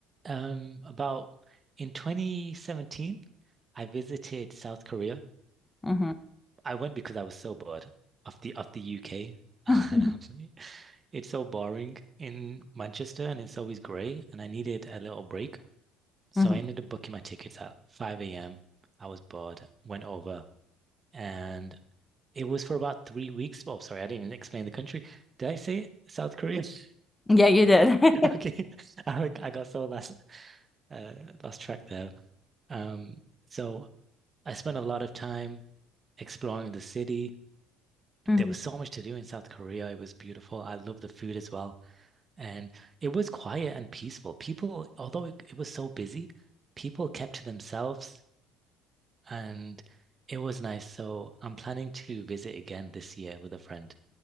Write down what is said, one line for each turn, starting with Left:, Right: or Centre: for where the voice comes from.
Right: um, about in 2017, I visited South Korea
Left: hmm
Right: I went because I was so bored of the of the UK. <laughs>
Left: <laughs>
Right: It's so boring in Manchester and it's always grey and I needed a little break. So
Left: hmm
Right: I ended up booking my tickets at 5 a.m. I was bored, went over, and it was for about three weeks. Oh, sorry, I didn't even explain the country. Did I say South Korea? <laughs>
Left: Yeah, you did. <laughs>
Right: Okay. <laughs> I I got so lost uh lost track there. Um, so I spent a lot of time exploring the city.
Left: Mhm.
Right: there was so much to do in South Korea. It was beautiful. I love the food as well. And it was quiet and peaceful. People, although it, it was so busy, people kept to themselves and it was nice. So I'm planning to visit again this year with a friend.